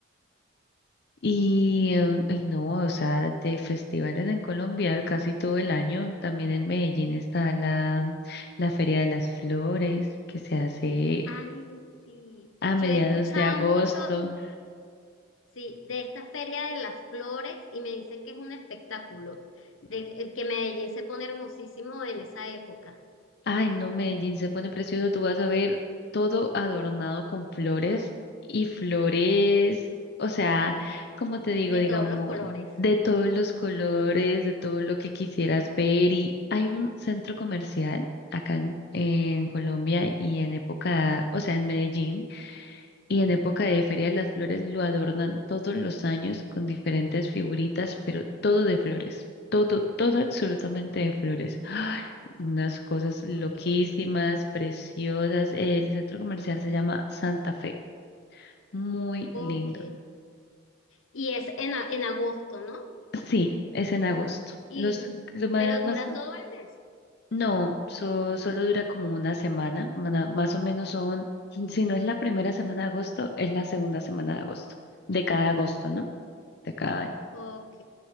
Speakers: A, on the left (about 55°); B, on the left (about 85°).
A: Y, em, y no, o sea, de festivales en Colombia casi todo el año. También en Medellín está la, mm, la Feria de las Flores que se hace
B: Ay, sí.
A: a
B: Yo
A: mediados
B: he escuchado
A: de agosto.
B: mucho, sí, de esta Feria de las Flores y me dicen que es un espectáculo, de que que Medellín se pone hermosísimo en esa época.
A: Ay, no, Medellín se pone precioso. Tú vas a ver todo adornado con flores y flores, o sea, como te digo,
B: de
A: digamos,
B: todos los colores.
A: de todos los colores, de todo lo que quisieras ver. Y hay un centro comercial acá en, en Colombia y en época, o sea, en Medellín. Y en época de Feria de las Flores lo adornan todos los años con diferentes figuritas, pero todo de flores. Todo, todo absolutamente de flores. ¡Ay! Unas cosas loquísimas,
B: Ok,
A: preciosas. El centro comercial se llama Santa Fe. Muy
B: ok.
A: lindo.
B: Y es en, a- en agosto, ¿no?
A: Sí, es en agosto.
B: Y,
A: Los, lo más,
B: pero dura
A: más,
B: todo el mes.
A: no, so- solo dura como una semana, mana- más o menos son, si no es la primera semana de agosto, es la segunda semana de agosto, de cada agosto, ¿no? De cada año.
B: Ok,